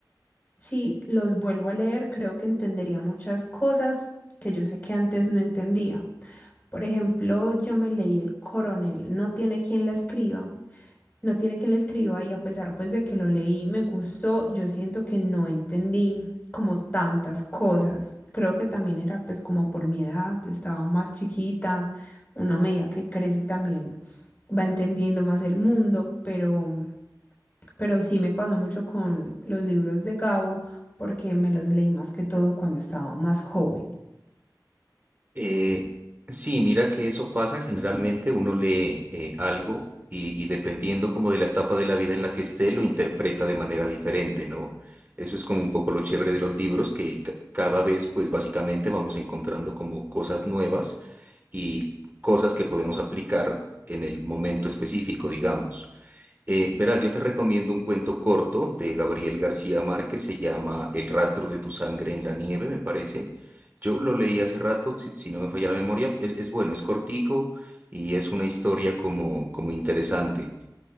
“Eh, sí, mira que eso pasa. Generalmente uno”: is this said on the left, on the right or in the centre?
Right